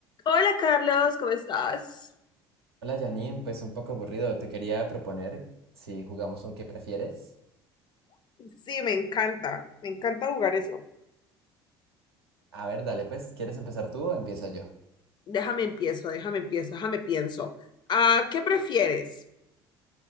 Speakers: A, on the left (about 35°); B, on the right (about 75°).
A: Hola Carlos, ¿cómo estás?
B: Hola Janine, pues un poco aburrido. Te quería proponer si jugamos un qué prefieres.
A: Sí, me encanta, me encanta jugar eso.
B: A ver, dale pues, ¿quieres empezar tú o empiezo yo?
A: Déjame empiezo, déjame empiezo, déjame pienso. Ah, ¿qué prefieres?